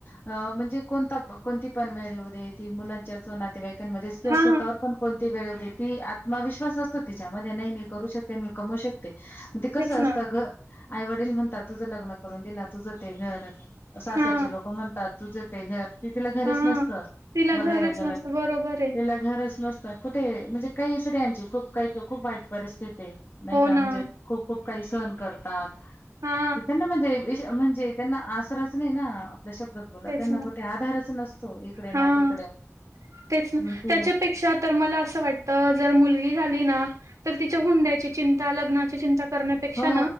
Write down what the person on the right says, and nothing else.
हा
तेच
ना
हा
हा
तिला
घरच
नसतं
बरोबर आहे
हो ना
हा
तेच
ना
हां
तेच ना
त्याच्यापेक्षा तर मला अस वाटत जर मुलीं गी झाली ना तिच्या लग्नाची चिंता, हुंड्याची चिंता करण्यापेक्षा